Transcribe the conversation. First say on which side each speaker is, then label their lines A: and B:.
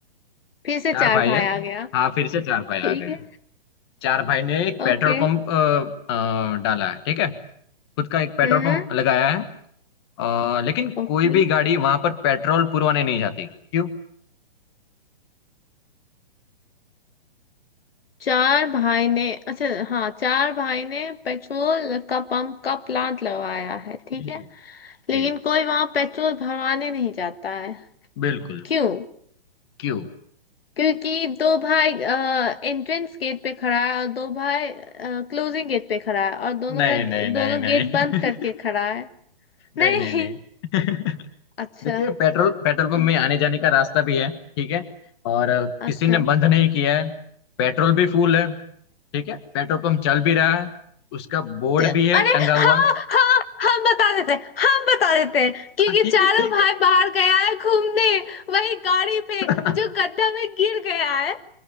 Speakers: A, on the left (about 75°); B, on the left (about 25°).
A: फिर से
B: चार
A: चार
B: भाई
A: भाई
B: है
A: आ गया
B: हाँ फिर से चार भाई आ
A: ठीक
B: गए हैं।
A: है
B: चार भाई ने एक पेट्रोल
A: ओके
B: पंप अ, अ, डाला है ठीक है खुद का एक पेट्रोल
A: हम्म
B: पंप लगाया है अ, लेकिन
A: ओके
B: कोई भी गाड़ी वहां पर पेट्रोल पुरवाने नहीं जाती क्यों
A: चार भाई ने अच्छा हाँ चार भाई ने पेट्रोल का पंप का प्लांट लगवाया है ठीक
B: जी
A: है
B: जी
A: लेकिन
B: जी
A: कोई वहां पेट्रोल भरवाने नहीं जाता है
B: बिल्कुल
A: क्यों
B: क्यों
A: क्योंकि दो भाई एंट्रेंस गेट पे खड़ा है और दो भाई क्लोजिंग गेट पे खड़ा है और दोनों
B: नहीं
A: का
B: नहीं नहीं
A: दोनों
B: नहीं
A: गेट बंद करके
B: <laughs>
A: खड़ा है नहीं
B: नहीं नहीं नहीं <laughs>
A: अच्छा
B: देखिए पेट्रोल पेट्रोल
A: हम्म,
B: पंप में आने जाने का रास्ता भी है ठीक है और अ,
A: अच्छा
B: किसी ने बंद नहीं किया है पेट्रोल भी फुल है ठीक है पेट्रोल पंप चल भी रहा है उसका बोर्ड
A: ते-
B: भी है
A: अरे
B: टंगा हुआ
A: हाँ हाँ हम बता देते हैं हम बता देते हैं क्योंकि
B: हाँ, ठीक
A: चारों
B: है ठीक
A: भाई
B: है
A: बाहर गया है घूमने वही गाड़ी पे
B: <laughs>
A: जो गड्ढा में गिर गया है